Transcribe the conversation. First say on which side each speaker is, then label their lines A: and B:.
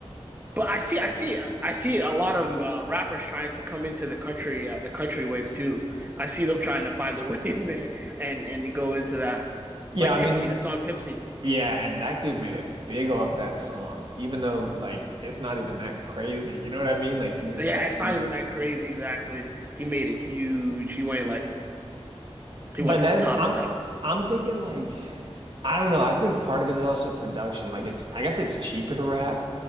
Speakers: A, on the right; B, on the right.
A: but I see, I see, I see a lot of uh, rappers trying to come into the country, uh, the country wave too. I see them trying to find their <laughs> way in there and and go into that,
B: Yeah,
A: like
B: I
A: Tipsy,
B: mean,
A: the song Tipsy.
B: yeah, and that dude made it big off that song, even though like it's not even that crazy. You know what I mean? Like he just
A: yeah,
B: got
A: it's
B: huge.
A: not even that crazy. Exactly. He made a huge. He went like he
B: But
A: went to
B: that's
A: the top
B: I'm
A: with that one.
B: I'm thinking like I don't know. I think part of it is also production. Like it's I guess it's cheaper to rap